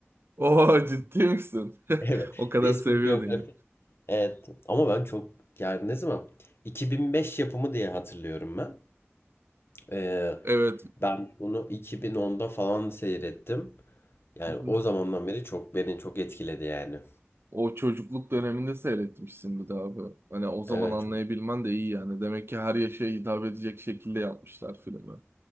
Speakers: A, on the right; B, on the left.
A: Oo ciddi misin? <laughs>
B: Evet.
A: O kadar
B: Facebook
A: seviyordun
B: biyografi.
A: ya.
B: Evet. Ama ben çok yani ne zaman 2005 yapımı diye hatırlıyorum ben. Ee,
A: Evet.
B: ben bunu 2010'da falan seyrettim. Yani
A: Hı-hı.
B: o zamandan beri çok beni çok etkiledi yani.
A: O çocukluk döneminde seyretmişsin bir daha bu. Hani o zaman
B: Evet.
A: anlayabilmen
B: çok-
A: de iyi yani. Demek ki her yaşa hitap edecek şekilde yapmışlar filmi.